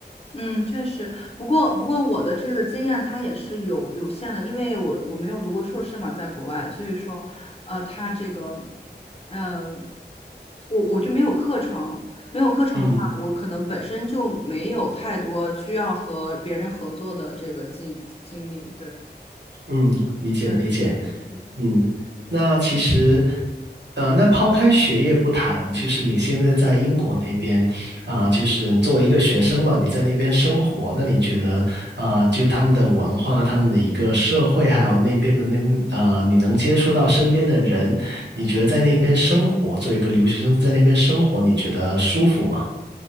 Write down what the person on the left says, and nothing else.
嗯，确实，不过不过我的这个经验它也是有有限的，因为我我没有读过硕士嘛，在国外，所以说，呃，它这个，呃，我我就没有课程，没有课程的话，
我可能本身就没有太多需要和别人合作的这个经经历，对，
嗯，嗯。